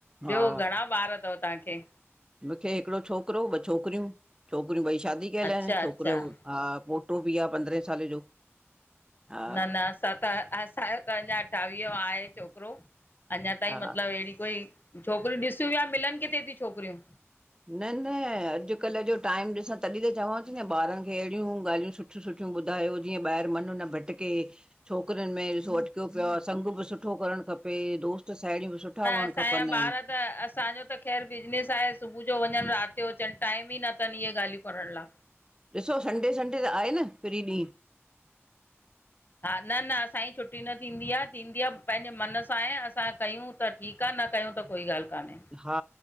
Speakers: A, on the left; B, on the right.
A: ॿियो
B: हा
A: घणा ॿार थव ताखें
B: मूंखे हिकड़ो छोकिरो ॿ छोकिरियूं, छोकिरियूं ॿई शादी कयल
A: अच्छा
B: आहिन,
A: अच्छा
B: छोकिरिय हा पोटो बि आह पंद्रहें साले जो। हा
A: न, न असां त असांजो त अञा अठावीहो जो आहे छोकिरो। अञा ताईं
B: हा
A: मतलब हेड़ी कोई, छोकिरियूं ॾिसूं वयां मिलन किथे थी छोकिरियूं।
B: न, न अॼु कल जो टाइम ॾिसां तॾहिं त चवां थी न ॿारनि खे हेड़ियूं ॻाल्हियूं सुठ सु, सुठ्यूं ॿुधायो जीएं ॿाहर मन न भटके। छोकरिन में ॾिसो अटक्यो पयो आ, संग बि सुठो करण खपे, दोस्त त, साहड़ियूं बि सुठा हुअण
A: असांजा
B: खपन।
A: ॿार न असांजो त ख़ैरु बिजनेस आहे, सुभू जो वञन, रात जो अचन, टाइम ई नथन इहे ॻाल्हियूं करण ला।
B: ॾिसो संडे- संडे त आहे न, फ्री ॾींह।
A: हा, न- न असांजी छुट्टी न थींदी आ, थींदी आ पैंजे मन सां आहे, असां कयूं त ठीक आ, न कयूं त कोई ॻाल्ह कान्हें।
B: हा,